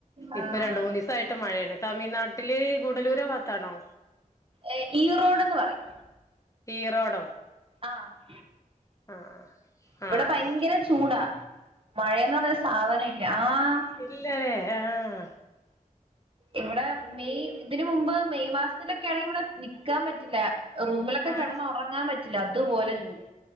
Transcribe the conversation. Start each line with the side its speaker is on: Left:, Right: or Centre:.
Right: ആഹ്
Left: ഇപ്പൊ രണ്ട് മൂന്ന് ദിവസ യിട്ട് മഴയാണ് തമിഴ്നാട്ടിൽ ഗുഡലൂർ ഭാഗത്താണോ
Right: എ ഈ റോഡ്ന്ന് പറയും.
Left: ഈ റോഡോ
Right: ആഹ്
Left: ആഹ്
Right: ഇവിടെ
Left: ആഹ്
Right: ഭയങ്കര ചൂടാ മഴയെന്ന് പറഞ്ഞ സാധനമില്ല ആഹ്
Left: ഇല്ലനേ ആഹ്
Right: ഇവിടെ മെയ് ഇതിന് മുമ്പ് മെയ് മാസത്തിലൊക്കെയ ആണെങ്കിൽ ഇവിടെ നിൽക്കാൻ പറ്റില്ല. റൂമിലൊക്കെ
Left: ആഹ്
Right: കിടന്ന് ഉറങ്ങാൻ പറ്റില്ല അതുപോലെ ചൂട്